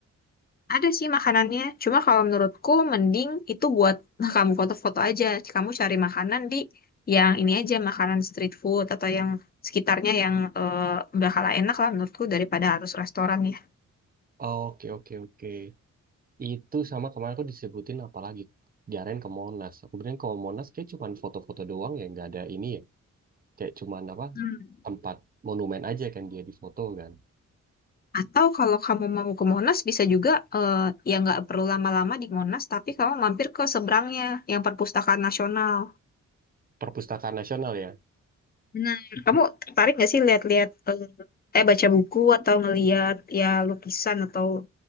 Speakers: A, on the left; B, on the right.
A: Ada sih makanannya, cuma kalau menurutku mending itu buat <laughs> kamu foto-foto aja. Kamu cari makanan di yang ini aja makanan street food atau yang sekitarnya yang eh, bakal enak lah menurutku daripada harus restoran ya.
B: Oke, oke, oke. Itu sama kemarin aku disebutin apalagi diarahin ke Monas. Aku bilang ke Monas kayak cuman foto-foto doang ya, nggak ada ini ya. Kayak cuman apa
A: Hmm.
B: tempat monumen aja kan dia di foto kan.
A: Atau kalau kamu mau ke Monas bisa juga eh, ya nggak perlu lama-lama di Monas tapi kamu mampir ke seberangnya yang Perpustakaan Nasional.
B: Perpustakaan Nasional ya.
A: Benar. Kamu tertarik nggak sih lihat-lihat eh eh, baca buku atau ngelihat ya lukisan atau